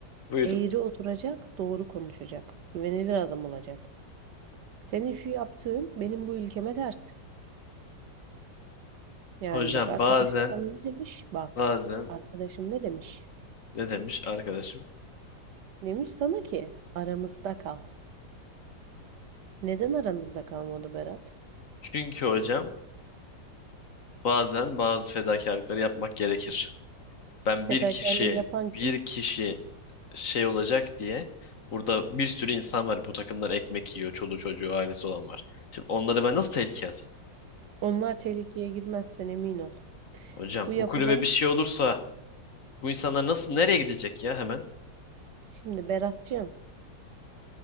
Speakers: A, on the left (about 50°); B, on the right (about 70°).
A: Buyurun.
B: Eğri oturacak, doğru konuşacak. Güvenilir adam olacak. Senin şu yaptığın benim bu ülkeme ters. Yani
A: Hocam
B: bak arkadaşın
A: bazen
B: sana ne demiş? Bak.
A: bazen
B: Arkadaşın ne demiş?
A: ne demiş arkadaşım?
B: Demiş sana ki aramızda kalsın. Neden aranızda kalmadı Berat?
A: Çünkü hocam bazen bazı fedakarlıkları yapmak gerekir. Ben
B: Fedakarlığı
A: bir kişi
B: yapan kim?
A: bir kişi şey olacak diye burada bir sürü insan var bu takımdan ekmek yiyor. Çoluğu çocuğu ailesi olan var. Şimdi onları ben nasıl tehlikeye atayım?
B: Onlar tehlikeye girmezsen emin ol.
A: Hocam
B: Bu yapılan
A: bu kulübe bir şey olursa Bu insanlar nasıl nereye gidecek ya hemen?
B: şimdi Berat'cığım